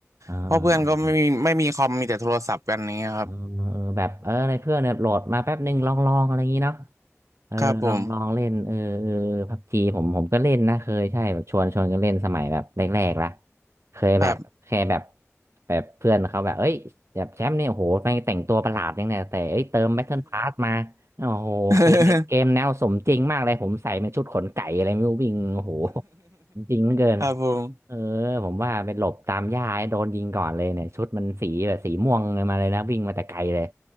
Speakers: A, on the right; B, on the right.
A: อ๋อ
B: เพราะเพื่อนก็ไม่มีไม่มีคอมมีแต่โทรศัพท์กันอย่างเงี้ยครับ
A: เออเออแบบเออในเพื่อนเนี่ยโหลดมาแป๊บนึงลองลองอะไรอย่างนี้เนาะเออลองลองเล่นเออเออพับจีผมผมก็เล่นนะเคยใช่แบบชวนชวนกันเล่นสมัยแบบแรกๆละ
B: ครับผม
A: เคยแบบแค่แบบ
B: ครับ
A: แบบเพื่อนเขาแบบเอ้ยแบบแชมป์เนี่ยโอ้โหแม่งแต่งตัวประหลาดยังเนี่ยแต่เอ้ยเติมแบทเทิลพาสมาโอ้โหเกมเนี่ยเกมแนวสมจริงมากเลยผมใส่เป็นชุดขนไก่อะไรไม่รู้วิ่งโอ้โห
B: <laughs>
A: จริงเหลือเกิน
B: ครับผม
A: เออผมว่าไปหลบตามหญ้าโดนยิงก่อนเลยเนี่ยชุดมันสีแบบสีม่วงเลยมาเลยนะวิ่งมาแต่ไกลเลย